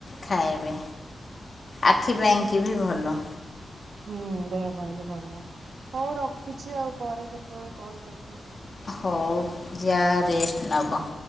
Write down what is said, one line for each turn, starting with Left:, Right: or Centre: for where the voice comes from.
Left: ଖାଇବେ ଆଖି ପାଇଁକି ବି ଭଲ।
Right: ହୁଁ ଦେହ ପାଇଁ ବି ଭଲ ହଉ ରଖୁଛି ଆଉ ପରେ କେତେବେଳେ କଲ କରିବି ଆଉ।
Left: ହଉ ଯାଅ ରେଷ୍ଟ ନେବ।